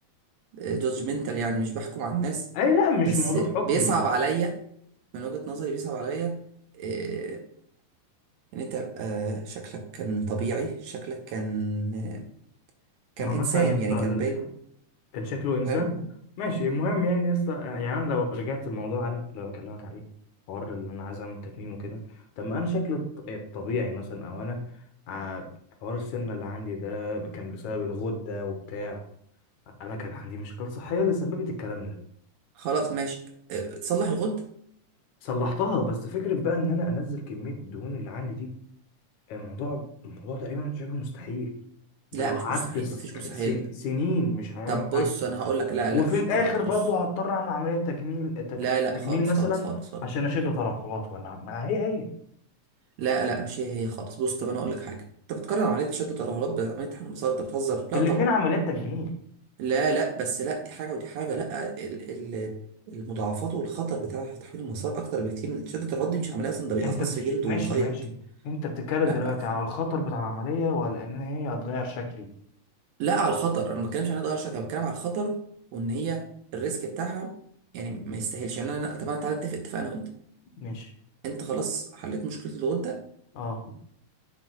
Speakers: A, on the right; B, on the left.
A: جادجمنتال يعني مش بحكم على الناس
B: اي لا مش
A: بس
B: موضوع حكم
A: بيصعب عليا من وجهة نظري بيصعب عليا إيه، ان انت يبقى شكلك كان طبيعي شكلك كان آه، كان
B: هو
A: انسان
B: مثلا يا اسطى
A: يعني كان
B: ال-
A: باين
B: كان شكله انسان
A: فاهم
B: ماشي المهم يعني يا اسطى يعني أنا لو رجعت الموضوع انا اللي أنا بكلمك عليه حوار اللي انا عايز اعمل تكميم وكده طب ما انا شكلي الط- الطبيعي مثلا او انا ع- حوار السمنه اللي عندي ده كان بسبب الغده وبتاع انا كان عندي مشاكل صحيه اللي سببت الكلام ده
A: خلاص ماشي إيه، تصلح الغد
B: فصلحتها بس فكره بقى ان انا انزل كميه الدهون اللي عندي دي الموضوع الموضوع تقريبا شبه مستحيل ده
A: لا
B: لو قعدت
A: مش مستحيل
B: س-
A: مفيش مستحيل
B: سن- سنين مش هعمل
A: طب بص
B: حاجة
A: انا هقول لك لا
B: وفي
A: لا مفيش
B: الآخر
A: الكلام ده
B: برضه
A: بص
B: هضطر أعمل عملية تجميل تك-
A: لا لا
B: تجميل
A: خالص
B: مثلا
A: خالص خالص خالص
B: عشان أشد ترهلات ولا ما هي هي
A: لا لا مش هي هي خالص بص طب انا هقول لك حاجه انت بتقارن عمليه شد الترهلات بعمليه تحمل المسار انت بتهزر لا
B: الاتنين
A: طبعا
B: عمليات تجميل
A: لا لا بس لا دي حاجة ودي حاجة لا ال ال المضاعفات والخطر بتاع تحويل المسار أكتر بكتير من تيشيرت الرد مش عملية أصلا ده بيقصقص
B: أنت بت-
A: في جلده
B: ماشي
A: ويخيط
B: ماشي أنت بتتكلم
A: لا
B: دلوقتي على الخطر بتاع العملية ولا إن هي هتغير شكلي
A: لا على الخطر أنا ما بتكلمش عن ضرر شكل أنا بتكلم على الخطر وإن هي الريسك بتاعها يعني ما يستاهلش يعني أنا طب أنا تعالى نتفق اتفق أنا وأنت
B: ماشي
A: أنت خلاص حليت مشكلة الغدة
B: أه